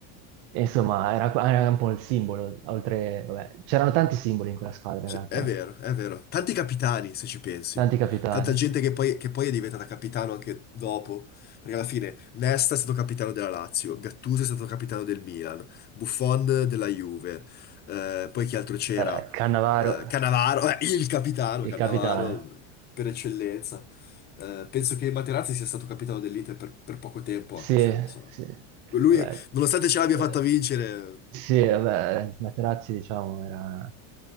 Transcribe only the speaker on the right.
e insomma, era, era un po' il simbolo, oltre... vabbè, c'erano tanti simboli in quella squadra,
in realtà,
tanti capitani.
Eh, Cannavaro,
il
capitano.
Sì,
sì,
vabbè,
eh,
sì, vabbè, Materazzi, diciamo, era-